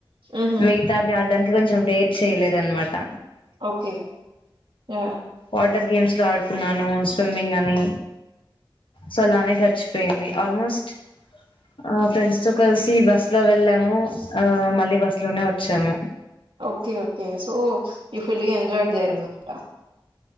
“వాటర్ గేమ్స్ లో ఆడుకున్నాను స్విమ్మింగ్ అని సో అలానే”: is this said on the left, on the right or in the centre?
Left